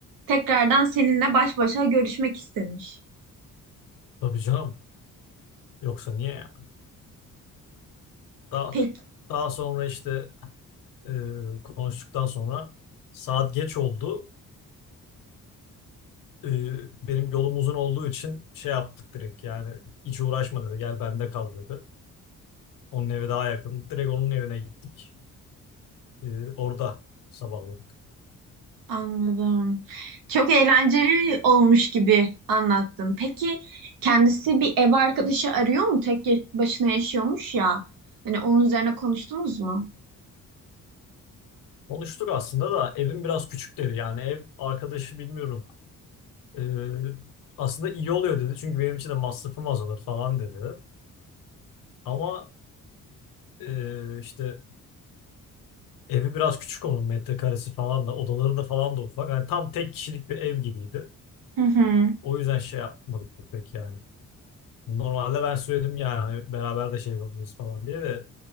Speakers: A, on the right; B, on the left.
A: tekrardan seninle baş başa görüşmek istemiş.
B: Tabii canım. Yoksa niye? Daha,
A: Peki.
B: daha sonra işte e, konuştuktan sonra saat geç oldu. E, benim yolum uzun olduğu için şey yaptık direkt yani hiç uğraşma dedi gel bende kal dedi. Onun evi daha yakın. Direkt onun evine gittik. E, orada sabahladık.
A: Anladım. Çok eğlenceli olmuş gibi anlattın. Peki kendisi bir ev arkadaşı arıyor mu? Tek ya- başına yaşıyormuş ya. Hani onun üzerine konuştunuz mu?
B: Konuştuk aslında da evim biraz küçük dedi. Yani ev arkadaşı bilmiyorum. E, aslında iyi oluyor dedi. Çünkü benim için de masrafım azalır falan dedi. Ama e, işte Evi biraz küçük onun metrekaresi falan da odaları da falan da ufak. Yani tam tek kişilik bir ev gibiydi.
A: Hı hı.
B: O yüzden şey yapmadık pek yani. Normalde ben söyledim yani hani beraber de şey yapabiliriz falan diye de